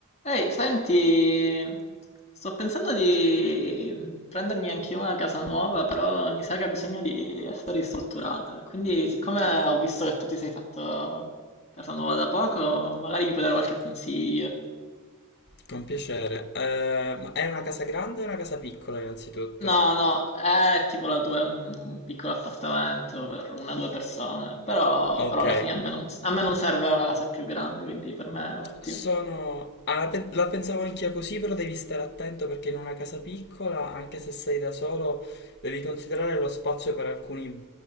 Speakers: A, on the left; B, on the left.
A: Ehi, senti, sto pensando di prendermi anche io una casa nuova, però mi sa che ha bisogno di essere ristrutturata. Quindi, siccome ho visto che tu ti sei fatto casa nuova da poco, magari mi puoi dare qualche consiglio.
B: Con piacere. Eh, ma è una casa grande o una casa piccola innanzitutto?
A: No, no, è tipo la tua, è un piccolo appartamento per una o due persone, però,
B: Ok.
A: però alla fine a me non, a me non serve una casa più grande, quindi per me è ottimo.
B: Sono... ah, la, pe- la pensavo anch'io così, però devi stare attento perché in una casa piccola, anche se sei da solo, devi considerare lo spazio per alcuni,